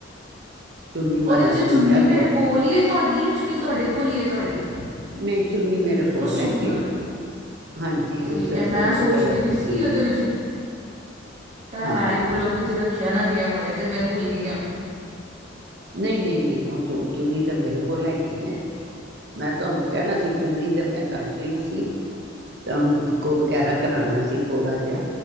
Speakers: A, on the right; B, on the right.
A: ਚੁੰਨੀ ਵਾਲਾ
B: ਉਹਦੇ ਚ
A: ਸੂਟ
B: ਚੁੰਨੀ
A: ਹੈ
B: ਮੇਰੇ
A: ਕੋਟ
B: ਕੋਲ ਹੀਈ ਤੁਹਾਡੀ ਨੀ ਤੁਹਾਡੇ ਕੋਲ ਹੀ ਹੈ ਤੁਹਾਡੀ
A: ਨਹੀਂ ਚੁੰਨੀ ਮੇਰੇ ਕੋਲ
B: ਉਹ ਸੂਟ
A: ਹੈਗੀ
B: ਨਾਲ
A: ਹੈ ਹਾਂਜੀ
B: ਠੀਕ
A: ਉਸ ਸਿਰ
B: ਹੈ
A: ਫਰੋਜ਼
B: ਮੈਂ ਸੋਚਦੀ
A: ਕਲਰ
B: ਵੀ
A: ਦੀ
B: ਸੀ
A: ਚੁੰਨੀ
B: ਉਹਦੇ ਵਿੱਚ
A: ਹਾਂ
B: ਹੈ ਮੇਰੇ ਕੋਲ ਕਿਥਤੇ ਰੱਖ ਖਿਆ ਨਾ ਗਿਆ ਹੋਆ ਤੇ ਮੈਂ ਭੁੱਲ ਗਈ ਹਾ
A: ਨਹੀਂ, ਨਹੀਂ ਨਹੀਂ ਉਹ ਸੂਟ ਚੁੰਨੀ ਤਾਂ ਮੇਰੇ ਕੋਲ ਹੈਗੀ ਹੈ। ਮੈਂ ਤੁਹਾਨੂੰ ਕਹਿਣਾ ਸੀ ਚੁੰਨੀ ਤਾਂ ਮੈਂ ਕੱਢ ਲਈ ਸੀ ਤੇ ਉਹਨੂੰ ਪੀਕੋ ਵਗੈਰਾ ਕਰਾਉਣਾ ਸੀ। ਥੋੜ੍ਹਾ ਜਿਹਾ